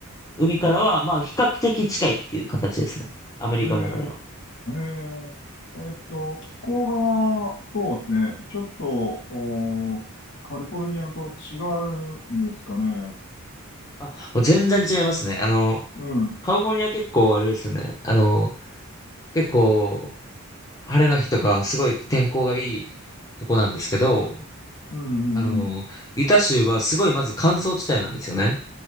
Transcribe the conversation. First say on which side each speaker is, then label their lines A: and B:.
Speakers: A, on the left; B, on the left.
A: 海からは、まあ、比較的近いっていう形ですね。アメリカの中では。
B: へえー、へえー。えっと、気候が、そうですね。ちょっと、おー、カリフォルニアと違うんですかね。
A: あ、もう全然違いますね。あの、
B: うん、うん、
A: カリフォルニア結構あれですよね。あの、結構、晴れの日とか、すごい天候がいいとこなんですけど、
B: うん、
A: あの、
B: うん。
A: ユタ州はすごいまず乾燥地帯なんですよね。